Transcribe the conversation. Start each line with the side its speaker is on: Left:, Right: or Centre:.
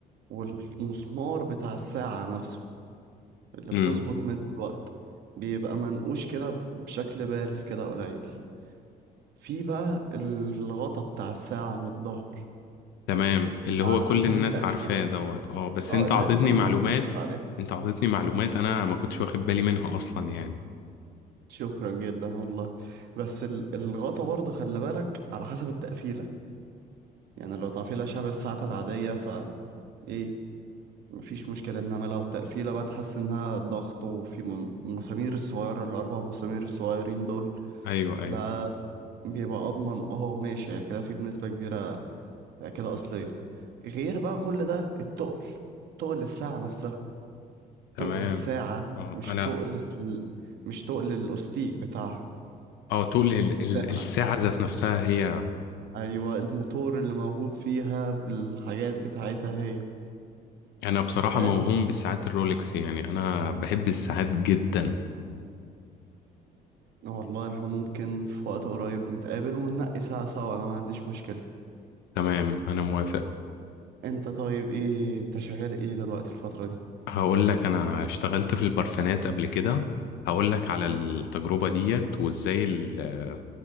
Right: والمسمار بتاع الساعة نفسه اللي بتظبط
Left: امم
Right: منه الوقت بيبقى منقوش كده بشكل بارز كده قليل في بقى الغطا بتاع الساعة من الظهر
Left: تمام اللي هو
Right: على
Left: كل
Right: حسب
Left: الناس
Right: التقفيلة
Left: عارفاه دوت اه بس
Right: اه
Left: انت
Right: اللي
Left: عطيتني
Right: هي كل الناس
Left: معلومات
Right: بتبص عليها
Left: انت عطيتني معلومات انا ما كنتش واخد بالي منها اصلا يعني
Right: شكرا جدا والله بس ال- الغطا برضه خلي بالك على حسب التقفيلة يعني لو تقفيلة شبه الساعة العادية ف ايه مفيش مشكلة انما لو تقفيلة بقى تحس انها ضغط وفي م- المسامير الصغيرة الاربع مسامير الصغيرين دول
Left: ايوه
Right: ده
Left: ايوه
Right: بيبقى اضمن اه ماشي هي كده في بنسبة كبيرة هي كده اصلية غير بقى كل ده التقل تقل الساعة نفسها
Left: تمام
Right: تقل الساعة
Left: اه
Right: مش
Left: انا
Right: تقل ال- مش تقل الاستيك بتاعها
Left: اه تقول ال-
Right: الساعة
Left: ال- الساعة ذات نفسها هي
Right: ايوه الموتور اللي موجود فيها بالحاجات بتاعتها هي
Left: انا بصراحة
Right: فاهم
Left: موهوم بالساعات الرولكس يعني انا بحب الساعات جدا
Right: والله احنا ممكن في وقت قريب نتقابل وننقي ساعة سوا انا ما عنديش مشكلة
Left: تمام انا موافق
Right: انت طيب ايه انت شغال ايه دلوقتي الفترة دي
Left: هقول لك انا اشتغلت في البرفانات قبل كده هقول لك على التجربة ديت وازاي ال-